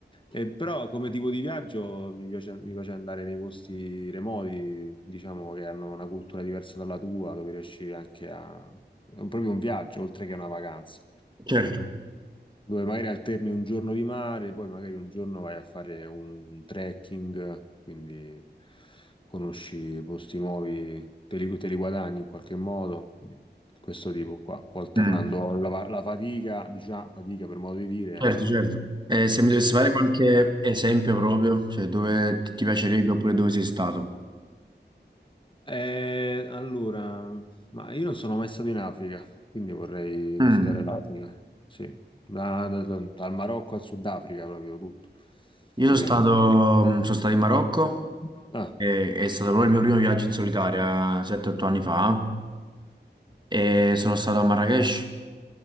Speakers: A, on the left; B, on the right.
A: Eh, però come tipo di viaggio mi piace, mi piace andare nei posti remoti, diciamo che hanno una cultura diversa dalla tua, dove riesci anche a... È proprio un viaggio, oltre che una vacanza
B: certo,
A: dove magari alterni un giorno di mare, poi magari un giorno vai a fare un trekking, quindi conosci posti nuovi, te li, te li guadagni in qualche modo, quindi questo tipo qua, un po' alternando
B: Mm,
A: la, fa- la fatica, diciamo, fatica per modo di dire,
B: certo,
A: a...
B: certo. E se mi dovessi fare qualche esempio proprio, cioè dove ti ti piacerebbe oppure dove sei stato?
A: Eh, allora, ma io non sono mai stato in Africa, quindi vorrei
B: Mm.
A: visitare l'Africa, sì, Da- da- da- dal Marocco al Sudafrica proprio tutto,
B: Io sono
A: mi
B: stato,
A: piace.
B: mh, sono stato in Marocco,
A: <laughs>
B: e- è stato proprio il mio primo viaggio in solitaria, 7-8 anni fa, e sono stato a Marrakech.